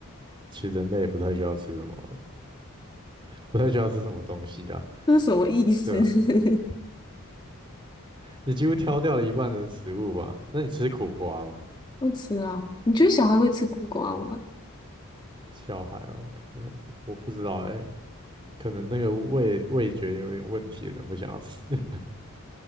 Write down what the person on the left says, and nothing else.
这是什么意思？
<laughs>
不吃啊？你觉得小孩会吃苦瓜吗？